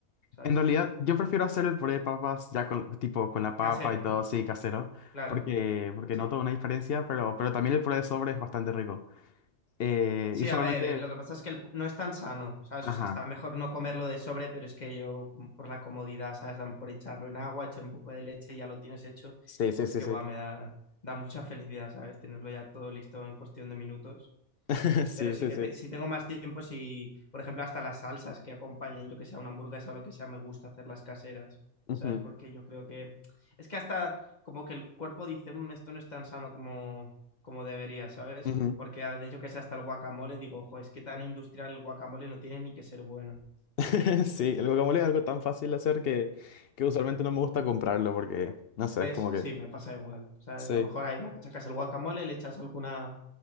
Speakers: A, on the left; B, on the left.
A: ¿sabes?
B: En realidad, yo prefiero hacer el puré de papas ya con, tipo, con la papa
A: Casero,
B: y todo
A: ¿no?
B: así, casero,
A: Claro,
B: porque, porque
A: sí.
B: noto una diferencia, pero, pero también el puré de sobre es bastante rico. Eh,
A: Sí,
B: y usualmente...
A: a ver, eh, lo que pasa es que el pu- no es tan sano, ¿sabes?
B: Ajá.
A: O sea, está mejor no comerlo de sobre, pero es que yo, como por la comodidad, ¿sabes? A lo mejor echarlo en agua, echar un poco de leche y ya lo tienes hecho.
B: Sí, sí,
A: Es
B: sí,
A: que,
B: sí.
A: buah, me da, da mucha felicidad, ¿sabes? Tenerlo ya todo listo en cuestión de minutos
B: <laughs> Sí,
A: pero sí
B: sí,
A: que
B: sí.
A: te- si tengo más tiempo, si, por ejemplo, hasta las salsas que acompañan, yo que sea una hamburguesa o lo que sea, me gusta hacerlas caseras,
B: Ujú,
A: ¿sabes? Porque yo creo que es que hasta como que el cuerpo dice, "Mm, esto no es tan sano como, como debería, ¿sabes?
B: ujú.
A: Porque a veces yo que sé, hasta el guacamole, digo, ojo, es que tan industrial el guacamole no tiene ni que ser bueno.
B: <laughs> Sí, el guacamole es algo tan fácil de hacer que, que
A: Ujú.
B: usualmente no me gusta comprarlo porque, no sé,
A: ¿Ves?
B: es como que...
A: Sí, me pasa igual. ¿Sabes?
B: Sí.
A: A lo mejor ahí machacas el guacamole, le echas alguna